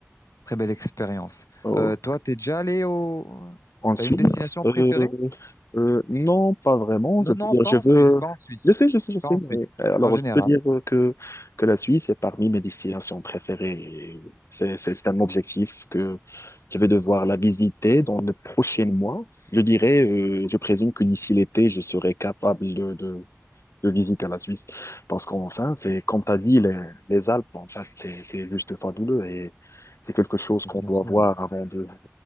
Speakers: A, on the left; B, on the left.
A: très belles expériences.
B: Oh.
A: Euh, toi, t'es déjà allé au
B: Ensuite,
A: T'as une destination
B: euh,
A: préférée?
B: euh, non, pas vraiment.
A: Non,
B: Je peux
A: non,
B: dire,
A: pas
B: je
A: en
B: veux.
A: Suisse, pas en Suisse,
B: Je sais, je sais, je sais.
A: pas en Suisse.
B: Mais, euh, alors,
A: En général.
B: je peux dire euh, que, que la Suisse est parmi mes destinations préférées. Et C'est, c'est c'est un objectif que je vais devoir la visiter dans les prochains mois. Je dirais, euh, je présume que d'ici l'été, je serai capable de, de, de visiter la Suisse. Parce qu'enfin, c'est, comme tu as dit, les, les Alpes, en fait, c'est, c'est juste fabuleux et c'est quelque chose
A: Mais
B: qu'on
A: Bien
B: doit
A: sûr,
B: voir avant de,